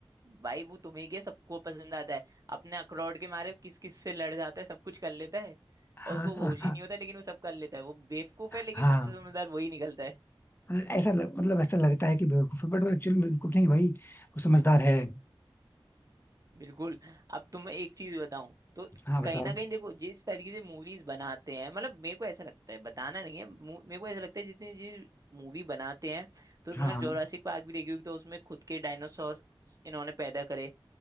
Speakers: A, on the right; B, on the left.
A: भाई वो तुम्हें क्या सबको पसंद आता है अपने अखरोट के मारे किस किस से लड़ जाता है सब कुछ कर लेता है
B: हाँ
A: और उसको
B: हाँ
A: होश ही नहीं होता लेकिन वो सब कर लेता है वो बेवकूफ है लेकिन
B: हाँ
A: सबसे समझदार वही निकलता है
B: हाँ। ऐसा लग- मतलब ऐसा लगता है कि बेवकूफ है बट वो एक्चुअली बेवकूफ नहीं भाई वो समझदार है
A: बिल्कुल अब तुम मैं एक चीज बताऊं तो
B: हाँ बताओ
A: कहीं ना कहीं देखो जिस तरीके से मूवीज बनाते हैं मतलब मेरे को ऐसा लगता है बताना नहीं है मु- मेरे को ऐसा लगता है जितनी जी मूवी बनाते हैं तो तुमने
B: हाँ हाँ
A: जोरासिक पार्क भी देखी होगी तो उसमें खुद के डायनासोर इन्होंने पैदा करे